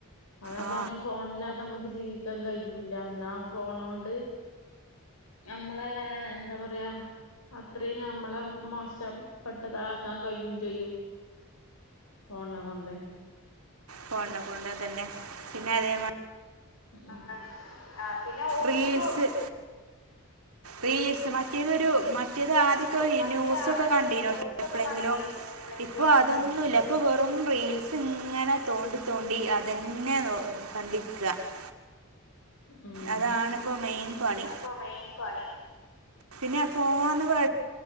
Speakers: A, on the left; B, on the right.
A: അതാ
B: ആ
A: പറഞ്ഞേ ഫോണില്ലാതെ നമ്മക്ക് ജീവി ക്കാൻ കഴിയൂല്ല എന്നാ ഫോണോണ്ട് നമ്മളെ എന്താ പറയാ അത്രയും നമ്മളെ മോശപ്പെട്ടതാക്കാൻ കഴിയും ചെയ്യും. ഫോൺനെ കൊണ്ട്
B: പോണ്ട പോണ്ട തന്നെ പിന്നെ അതേ മാ
A: ആ ആ പിന്നെ ഓൽക്കിപ്പോ
B: റീൽസ് റീൽസ് മറ്റേ - മറ്റേതൊരു മറ്റേത് ആദ്യക്കെ
A: മറ്റേത്
B: ന്യൂസൊക്കെ
A: ആദ്യൊക്കെ
B: കണ്ടേനോട്ട്
A: ഈ ന്യൂസൊക്കെ
B: എപ്പോഴെങ്കിലും
A: കണ്ടീനോട്ടോ എപ്പളെങ്കിലോ
B: ഇപ്പോൾ അതൊന്നുമില്ല
A: ഉം
B: ഇപ്പൊ വെറും റീൽസ് ഇങ്ങനെ- തോണ്ടി തോണ്ടി അ- അത് തന്നെ കണ്ടി- <unintelligible>
A: ഉം
B: അതാണിപ്പൊ മെയിൻ പണി
A: ആണിപ്പോ മെയിൻ പണി
B: പിന്നെ ഫോൺ വെ